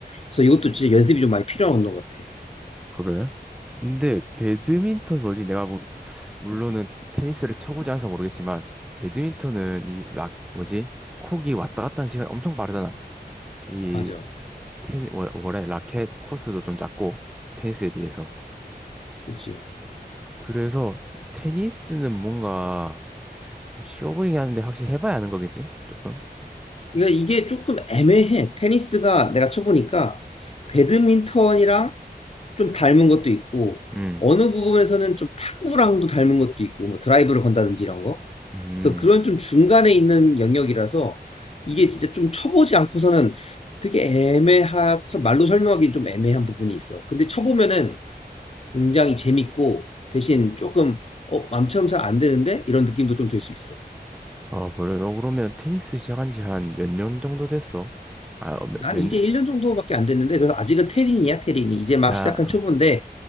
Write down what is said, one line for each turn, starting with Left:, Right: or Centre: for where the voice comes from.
Left: 그래서 이것도 진짜 연습이 좀 많이 필요한 운동 같아.
Centre: 그래? 근데 배드민턴 뭐지? 내가 뭐, 물론은 테니스를 쳐보지 않아서 모르겠지만 배드민턴은 이 락, 뭐지? 콕이 왔다 갔다 하는 시간이 엄청 빠르잖아. 이
Left: 맞아.
Centre: 테니 월- 원래 라켓 코스도 좀 작고 테니스에 비해서
Left: 그치.
Centre: 그래서 테니스는 뭔가 좀 쉬워 보이긴 하는데 확실히 해봐야 하는 거겠지? 조금?
Left: 이거 이게 조금 애매해. 테니스가 내가 쳐보니까 배드민턴이랑 좀 닮은 것도 있고
Centre: 음.
Left: 어느 부분에서는 좀 탁구랑도 닮은 것도 있고 뭐 드라이브를 건다든지 이런 거.
Centre: 음.
Left: 그래서 그런 좀 중간에 있는 영역이라서 이게 진짜 좀 쳐보지 않고서는 되게 애매하, 말로 설명하기 좀 애매한 부분이 있어. 근데 쳐보면은 굉장히 재밌고 대신 조금 어, 맘처럼 잘 안 되는데 이런 느낌도 좀 들 수 있어.
Centre: 아, 그래. 너 그러면 테니스 시작한 지 한 몇 년 정도 됐어? 아, 어, 몇,
Left: 난
Centre: 몇
Left: 이제
Centre: 년?
Left: 1년 정도밖에 안 됐는데 그래서 아직은 테린이야 테린이 이제 막
Centre: 야,
Left: 시작한 초보인데